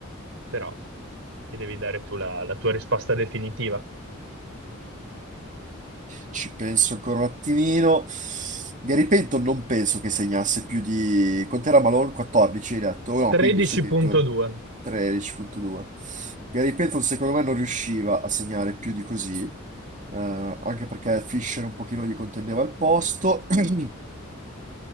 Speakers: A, on the right (about 65°); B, on the right (about 40°).
A: però mi devi dare tu la, la tua risposta definitiva.
B: Ci penso ancora un attimino. Gary Payton non penso che segnasse più di... Quant'era Malone? 14, hai detto? No,
A: 13.2.
B: 15 addirittura. 13.2. Gary Payton secondo me non riusciva a segnare più di così, eh, anche perché Fisher un pochino gli contendeva il posto. <clears throat>